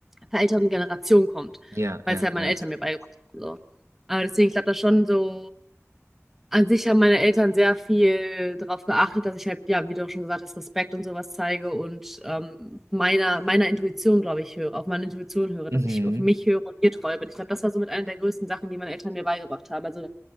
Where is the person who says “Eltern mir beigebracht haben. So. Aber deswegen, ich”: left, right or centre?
Centre